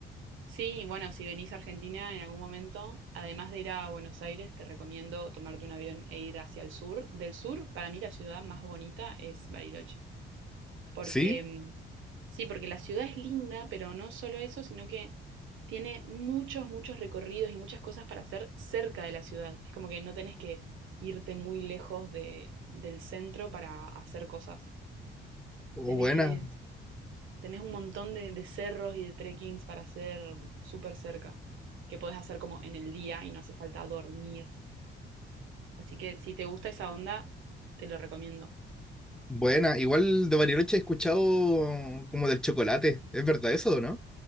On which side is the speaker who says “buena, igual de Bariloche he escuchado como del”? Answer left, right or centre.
Centre